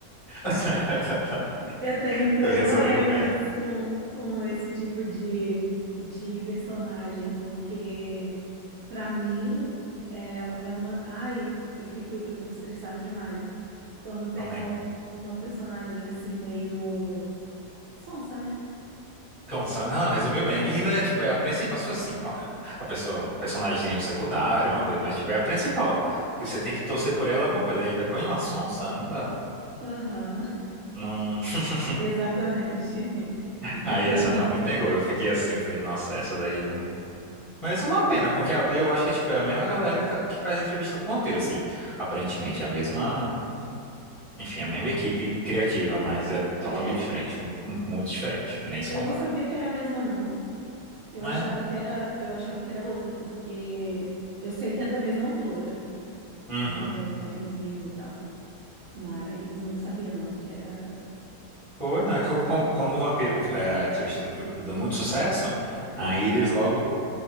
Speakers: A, on the left (about 30°); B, on the right (about 85°).
A: <laughs>
B: Eu tenho problemas
A: Tu resumiu bem,
B: com, com esse tipo de, de personagem, porque para mim é, é uma. Ai, eu fico, eu fico estressada demais quando tem
A: também.
B: al- uma personagem assim meio sonsa, né?
A: Então, só- não, resumiu bem. E ainda é, tipo, é a principal, se fosse assim, co- a pessoa, um personagemzinho secundário, uma coisa, mas, tipo, é a principal, porque você tem que torcer por ela alguma coisa. Ainda banho uma sonsa, não dá, não.
B: Aham,
A: Não... <laughs>
B: <laughs> exatamente. <laughs>
A: Aí essa não me pegou, eu fiquei assim, falei, nossa, essa daí não... Mas é uma pena, porque a- eu acho que é, tipo, é a mesma galera que, tá- que faz entrevista com o vampiro, assim, aparentemente, é a mesma, enfim, a mesma equipe criativa, mas é totalmente
B: É?
A: diferente, muito, muito diferente, nem se
B: Eu
A: compara.
B: não sabia que era a mesma, não. Eu
A: É.
B: achava que era, eu achava que era outra, porque eu sei que é da mesma autora,
A: Uhum.
B: né? Ela tem os livros e tal. Mas eu não sabia, não, que era.
A: Foi, né? Como, como, como o Vampiro, é, a entrevista com o Vampiro deu muito sucesso, aí
B: Aham.
A: eles logo